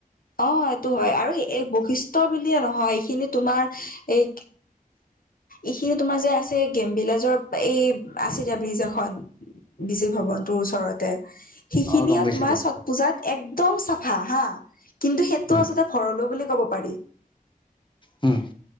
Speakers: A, on the left (about 70°); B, on the left (about 35°).
A: অ, এইটো হয় আৰু এই বৈশিষ্ট বুলিয়েই নহয় এইখিনি তোমাৰ এই এইখিনি তোমাৰ যে আছে কেম ভিলেজৰ এই আছে যে ব্ৰিজ এখন। বিজু ভৱনটোৰ ওচৰতে, সেইখিনিও
B: অ গম পাইছো
A: তোমাৰ
B: এতিয়া
A: ছট পূজাত এক একদম চাফা হা, কিন্তু সেইটো
B: উম
A: আচলতে ঘৰলৈ বুলি ক'ব পাৰি।
B: উম,